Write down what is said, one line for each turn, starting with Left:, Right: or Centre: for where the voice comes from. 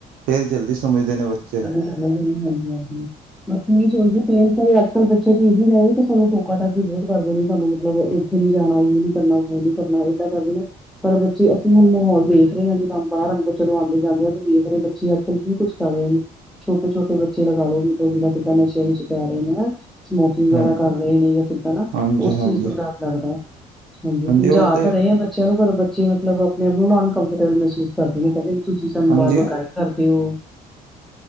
Right: ਫੇਰ ਜਲਦੀ ਸਮਝਦੇ ਨੇ ਬੱਚੇ
Centre: ਹਂ, ਹਾਂਜੀ ਹਾਂਜੀ। ਬੱਚੇ ਇਹੀ ਸੋਚਦੇ ਪੇਰੇਂਟਸ ਅੱਜਕੱਲ ਬੱਚੇ ਸਾਨੂੰ ਟੋਕਾ-ਟਾਕੀ ਬਹੁਤ ਕਰਦੇ ਨੇਂ, ਸਾਨੂੰ ਮਤਲਬ ਇਹ ਕਿਥੇ ਨੀਂ ਜਾਣਾ ਇਹ ਨੀਂ ਕਰਨਾ, ਕਿ ਨੀਂ ਕਰਨਾਂ, ਏਦਾਂ ਕਰਦੇ ਨੇਂ ਪਰ ਬੱਚੇ ਅਸੀਂ ਹੁਣ ਮਾਹੌਲ ਦੇਖ ਰਹੇ ਆਂ, ਜਿਦਾ ਬਾਹਰ ਨੂੰ ਚਲ ਆਂਦੇ-ਜਾਂਦੇ ਆ ਦੇਖ ਰਹੇ ਆਂ ਬੱਚ ਜੀ ਅਲ ਕਿ ਕੁਛ ਕਰ ਰਹੇ ਨੇਂ ਛੋਟੇ- ਛੋਟੇ ਬੱਚੇ ਲਗਾ ਲੋ, ਮਤਲਬ ਜਿਦਾ ਕਿਦਾ ਨਸ਼ੇ ਵਿਚ ਪੈ ਰਹੇ ਨੇਂ ਆਂ ਸਮੋਕਿਗ ਵਗੈਰਾ
Right: ਹਾਂ
Centre: ਕਰ ਰਹੇ ਨੇਂ ਜਾਂ ਕਿਦਾਂ ਨਾਂ
Right: ਹਾਂਜੀ
Centre: ਉਸ
Right: ਹਾਂਜੀ
Centre: ਚੀਜ਼ ਤੋਂ ਡਰ ਲਗਦਾ। ਹਾਂਜੀ ਸਮਝਾ
Right: ਉਹ ਤੇ
Centre: ਤਾਂ ਰਹੇ ਆ ਬਚੇ ਚਲੋ ਪਰ ਬੱਚੇ ਮਤਲਬ ਆਪਣੇ ਆਪ ਨੂੰ ਅਨਕੰਫਰਟੇਬਲ ਮਹਿਸੂਸ ਕਰਦੇ ਨੇ ਕਹਿਦੇ ਤੁਸੀ ਸਾਨੂੰ
Right: ਹਾਂਜੀ
Centre: ਵਾਰ -ਵਾਰ ਗਾਈਡ ਕਰਦੇ ਹੋ-